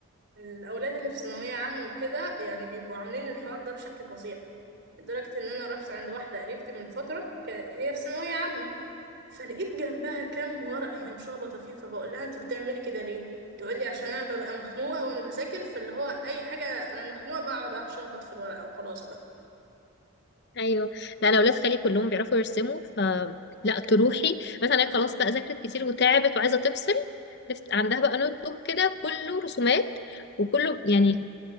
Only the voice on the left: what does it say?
ايوه لا انا اولاد خالي كلهم بيعرفوا يرسموا ف لا تروحي مثلا هي خلاص بقى ذاكرت كتير وتعبت وعايزه تفصل تفت... عندها بقى نوت بوك كده كله رسومات وكله يعني